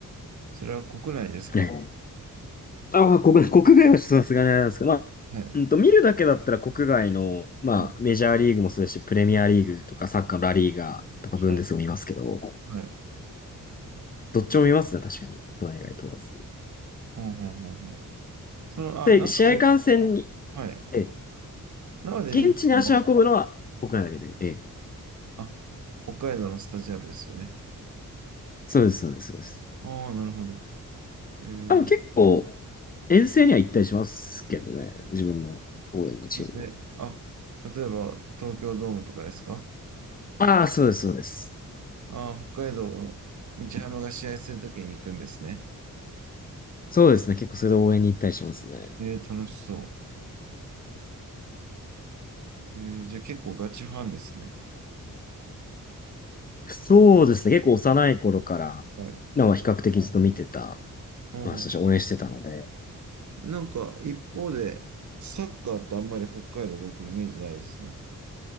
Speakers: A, on the right; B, on the left.
A: それは国内ですか
B: ねああ、国、<laughs> 国外はちょっとさすがにあれなんですけど、まあ、
A: はい、
B: うんと、見るだけだったら国外の、まあ、
A: はい、
B: メジャーリーグもそうですし、プレミアリーグとか、サッカーのラリーガーとか、ブンデスも見ますけど、
A: はい、はい。
B: どっちも見ますね、確かに。国内外問わず。
A: うんうんうんうん。その、
B: で、
A: あ、生で、
B: 試合観戦に、
A: はい。
B: ええ、
A: 生で見に行くのは、
B: 現地に足を運ぶのは国内だけで、ええ、
A: あ、北海道のスタジアムですよね。
B: そうです、そうです、そうです。
A: ああ、なるほど。えー、
B: あの、結構、遠征には行ったりしますけどね、自分の応援のチームの。
A: であ、例えば東京ドームとかですか
B: ああ、そうです、そうです。
A: ああ、北海道の日ハムが試合するときに行くんですね。
B: そうですね。結構それで応援に行ったりしますね。
A: えー、楽しそう。えー、じゃあ結構ガチファンですね。
B: そうですね。結構幼い頃から、
A: はい。
B: なんか比較的ずっと見てた、
A: うん。
B: まあ、そして応援してたので。
A: なんか一方で、サッカーってあんまり北海道僕イメージないですね。